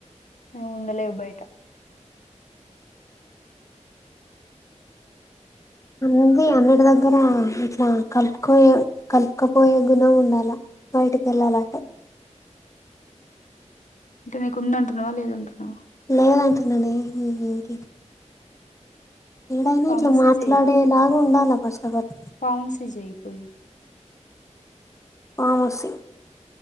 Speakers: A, on the left; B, on the left.
A: ఏ ఉండలేవు బయటా
B: ఉంది అన్నిటి దగ్గరా ఇట్లా కలుపుకోయే కలుపుకపోయే గుణం ఉండాలా బయటికి ఎళ్ళాలంటే.
A: అంటే నీకుందంటున్నవా లేదంటున్నవా.
B: లేదంటున్ననే నీ ఎంకి ఏడైనా
A: ఫార్మసీ
B: ఇట్లా మాట్లాడేలాగా
A: చేయి
B: ఉండాలా ఫస్ట్ ఆఫ్ ఆల్.
A: ఫార్మసీ జేయి పోయి
B: ఫార్మసి